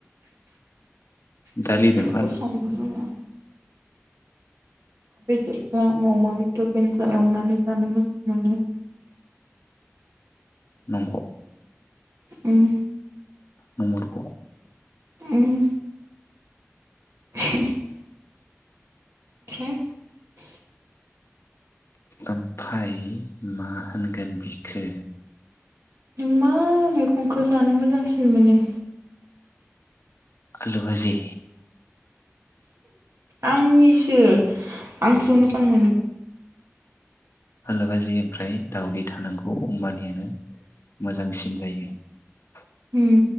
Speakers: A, on the left; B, on the right.
A: दालि द
B: फोर संनो रोंङा बेदरखौ आङो अमा बेदरखौ एवनानै जानो मोजां मोनो
A: नंग
B: उम
A: नंमारग
B: उम <inaudible> <inaudible>
A: ओमफाय मा होनगोन बिखो?
B: नों मा मैगंखौ जानो मोजांसिन मोनो?
A: आलु बाजि
B: आंनिसो आंसो मोजां मोनो
A: हालु बाजि ओमफ्राय दावदै थानांगौ होमबानियानो मोजांसिन जायो
B: उम